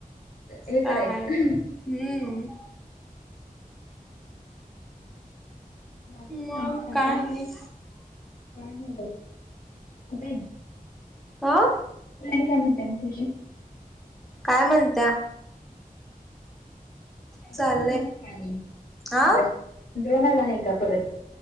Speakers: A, on the left; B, in the centre.
A: हे
B: काय
A: करायचं
B: हाय ते हम्म
A: बाकी
B: मग
A: आ काका
B: काय
A: का
B: नाही
A: नाही काच
B: आा
A: वं काय म्हणतेय मग तुझी?
B: काय म्हणत्या. चाललंय
A: दोननच पाणी
B: आ
A: बर. द्रोणाला नाही का परत